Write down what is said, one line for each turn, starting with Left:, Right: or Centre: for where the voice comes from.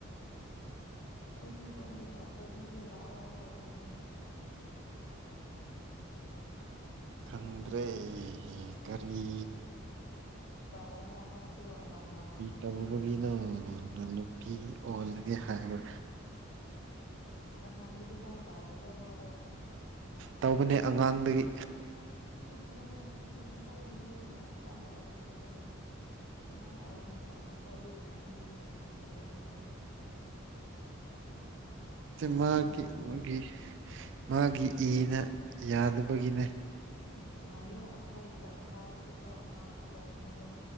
Left: ꯑꯗꯨꯒꯀꯥ ꯇꯧꯕꯤꯒꯦ ꯂꯥꯛꯑꯣ ꯍꯥꯏꯕꯒꯨꯝ
Right: ꯈꯪꯗ꯭ꯔꯦ ꯀꯔꯤ
Left: ꯇꯎꯅ‌ ꯅꯪꯁꯨ ꯅꯣꯡꯃꯥ
Right: ꯇꯧꯕꯒꯤꯅ ꯅꯨꯄꯤ ꯑꯣꯜꯂꯒꯦ ꯍꯥꯏꯕ
Left: ꯅꯍꯥꯟꯗꯤ ꯑꯗꯨꯃꯥꯏꯅ ꯇꯧꯗꯕ꯭ꯔꯥ ꯃꯥꯗꯣ
Right: ꯇꯧꯕꯅꯦ ꯑꯉꯥꯡꯗꯒꯤ
Left: ꯑꯁ ꯃꯣꯏ ꯎ ꯃꯣꯏ ꯌꯨꯝ ꯅꯥ ꯐꯖꯅꯥ ꯋꯥꯔꯛꯇꯕꯩꯅꯦ ꯑꯉꯥꯡ ꯑꯣꯏꯕ ꯃꯇꯝꯗꯀꯣ ꯑꯗꯨꯒꯨꯝꯕ ꯃꯤꯔꯦ ꯄꯨꯒꯗꯕꯅꯦ
Right: ꯃꯥꯒꯤ
Left: ꯑꯁꯦꯡꯕꯒꯤ
Right: ꯃꯥꯒꯤ ꯃꯥꯒꯤ ꯏꯅ ꯌꯥꯗꯕꯒꯤꯅꯦ
Left: ꯎꯝ ꯉꯥꯏꯌꯣ ꯑꯩꯈꯣꯏꯒꯤ ꯑꯪꯀꯥꯎꯁꯤꯗꯣ ꯑꯃ ꯑꯇꯣꯝꯕꯗꯣ